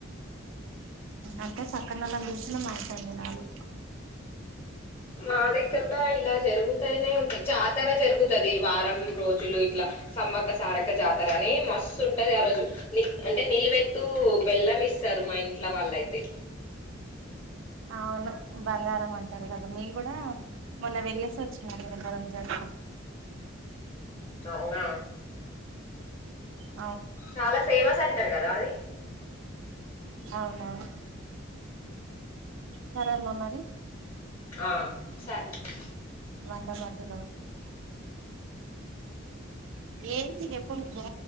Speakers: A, on the right (about 70°); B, on the left (about 30°).
A: అంతే చక్క నళ్లం చూసిన మాంచండినాలుు
B: మా దగ్గర కూడా ఇలా జరుగుతానే ఉంటాయి జాతర జరుగుతుది వారం రోజులు ఇట్లా సమ్మక సారక జాతర అని మస్తు ఉంటది ఆ రోజు ని అంటే నిల్వెత్తుూ బెల్లం ఇస్తారు మా ఇంట్ల వాళ్ళయితే
A: అవును బంగారం అంటారు కదా మేము కూడా మొన్న వెళ్ళేసి వచ్చినంవరం జాగ
B: చవాల
A: ఆ
B: చాలా ఫేమస్ అంటారు కదా అది
A: అవునవును పరాలమా మరి
B: ఆ సరే అండి
A: మంట మతు ఏంటి ఎప్ప మీ